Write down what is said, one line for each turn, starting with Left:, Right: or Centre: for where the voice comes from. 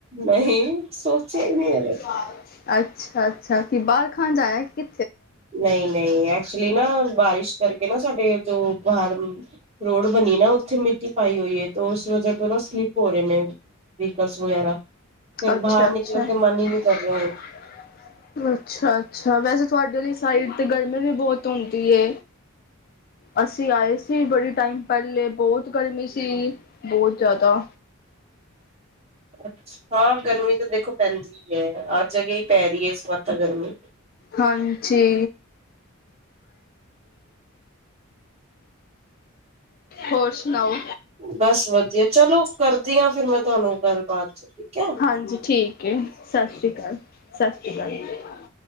Right: ਨਹੀਂ ਸੋਚਿਆ, ਨਹੀਂ
Left: <unintelligible>
Right: ਹਲੇ
Left: ਅੱਛਾ, ਅੱਛਾ, ਕਿ ਬਾਰ ਖਾਨ ਜਾਇਆ ਕਿ,
Right: ਨਹੀਂ-ਨਹੀਂ ਐਕਚੁਲੀ ਨਾ ਬਾਰਿਸ਼, ਕਰਕੇ ਨਾ ਸਾਡੇ ਜੋ ਬਾਹਰ ਰੋਡ ਬਣੀ ਨਾ ਉੱਥੇ ਮਿੱ ਪਾਈ ਹੋਈ ਹੈ ਉਸ ਵਜੇ ਤੋਂ ਨਾ ਸਲਿਪ ਹੋ ਰਹੇ ਨੇ ਵਿਕਲਸ ਵਗੈਰਾ। ਫੇਰ
Left: ਅੱਛਾ-ਅੱਛਾ-ਅੱਛਾ-ਅੱਛਾ
Right: ਬਾਹਰ ਨਿਕਲਣ ਤੇ ਮਨ ਹੀ ਨਹੀਂ ਕਰ ਰਿਹਾ ਹੁਣ
Left: ਵੈਸੇ ਤੁਹਾਡੇ ਲਈ। ਸਾਈਡ ਤੇ ਗਰਮੀ ਵੀ ਬਹੁਤ ਹੁੰਦੀ ਏ। ਅਸੀਂ ਆਏ ਸੀ ਬੜੀ ਟਾਈਮ ਪਹਿਲੇ ਬਹੁਤ ਗਰਮੀ ਸੀ ਬਹੁਤ ਜ਼ਿਆਦਾ।
Right: ਅ ਹਾਂ ਗਰਮੀ ਤਾਂ ਦੇਖੋ ਪੈਂਦੀ। ਹਰ ਜਗਾ ਹੀ ਪੈ ਰਹੀ ਹੈ ਇਸ ਵਾਰ ਤਾਂ ਗਰਮੀ।
Left: ਹਾਂਜੀ। ਹੋਰ ਸੁਣਾਓ
Right: ਬਸ ਵਧੀਆ ਚਲੋ ਕਰਦੀ ਹਾਂ ਫਿਰ ਮੈਂ ਤੁਹਾਨੂੰ ਗੱਲਬਾਤ ਠੀਕ ਹੈ
Left: ਹਾਂਜੀ ਠੀਕ ਹੈ ਸਤਿ ਸ਼੍ਰੀ ਅਕਾਲ ਸਤਿ ਸ੍ਰੀ ਅਕਾਲ।